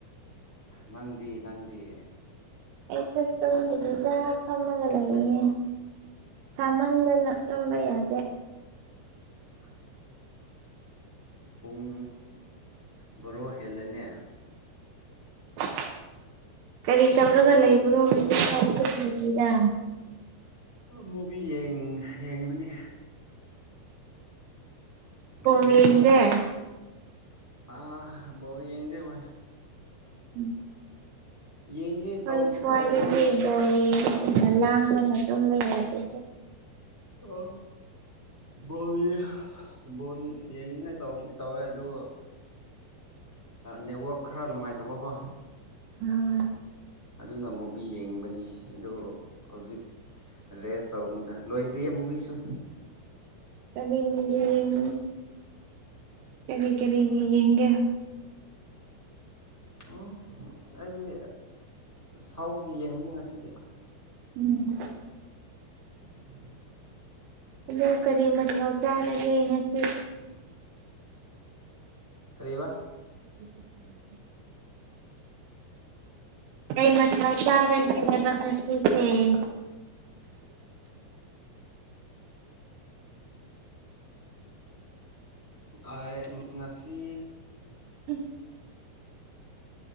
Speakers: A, in the centre; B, on the right (about 90°).
A: ꯅꯪꯗꯤ ꯅꯪꯗꯤ
B: ꯑꯩꯁꯦ ꯇꯨꯝꯗ꯭ꯔꯤꯗ ꯐꯝꯃꯒ ꯂꯩꯌꯦ ꯁꯃꯟꯗꯅ ꯇꯝꯕ ꯌꯥꯗꯦ
A: ꯑ ꯄꯨꯡ ꯕꯣꯔꯣ ꯍꯦꯜꯂꯅꯦ
B: <inaudible> ꯀꯔꯤ ꯇꯧꯔꯒ ꯂꯩꯕ꯭ꯔꯣ ꯍꯧꯖꯤꯛ ꯍꯥꯏꯒꯤꯗ
A: ꯃꯨꯚꯤ ꯌꯦꯡꯕꯅꯤ ꯃꯨꯚꯤ
B: ꯗꯤ ꯌꯦꯒ
A: ꯑꯥ ꯕꯣꯜ ꯌꯦꯡꯗꯦꯕꯣꯏ
B: ꯎꯝ
A: ꯌꯦꯡꯒꯦ
B: ꯍꯣꯏ
A: ꯇꯧꯕꯗꯤ
B: ꯁ꯭ꯋꯥꯏꯗꯗꯤ
A: ꯇꯧꯕꯅꯦ
B: ꯏꯕꯣꯜ ꯌꯦꯡꯅ ꯂꯥꯡꯕꯅ ꯇꯨꯝꯕ ꯌꯥꯗꯦ
A: ꯑꯣ ꯕꯣꯜꯒꯤ ꯕꯣꯜ ꯌꯦꯡꯅꯤꯡꯉꯥꯏ ꯇꯧꯕꯗꯤ ꯇꯧꯋꯦ ꯑꯗꯨ ꯅꯦꯠꯋꯥꯛ ꯈꯔ ꯅꯨꯡꯉꯥꯏꯇꯕꯀꯣ
B: ꯎꯝ
A: ꯑꯗꯨꯅ ꯃꯨꯕꯤ ꯌꯦꯡꯕꯅꯤ ꯑꯗꯨ ꯍꯧꯖꯤꯛ ꯔꯦꯁ ꯇꯧꯅꯤꯗ ꯂꯣꯏꯗ꯭ꯔꯤꯌꯦ ꯃꯨꯕꯤꯁꯨ
B: ꯀꯔꯤ ꯃꯤꯒꯤ ꯌꯦꯡ ꯀꯔꯤ ꯀꯔꯤꯒꯤ ꯌꯦꯡꯒꯦ
A: ꯎꯝ ꯑꯩꯗꯤ ꯁꯥꯎꯒꯤ ꯌꯦꯡꯕꯅꯤ ꯉꯁꯤꯗꯤ
B: ꯎꯝ
A: <inaudible>
B: ꯑ ꯀꯔꯤ ꯃꯊꯧ ꯇꯥꯔꯒꯦ ꯉꯁꯤ
A: ꯀꯔꯕ
B: <unintelligible> ꯑꯩ ꯃꯊꯦꯜ ꯆꯥꯔꯒꯦ ꯍꯥꯏꯕ ꯍꯧꯖꯤꯛꯁꯦ ꯎꯝ
A: ꯑ ꯉꯁꯤ
B: ꯎ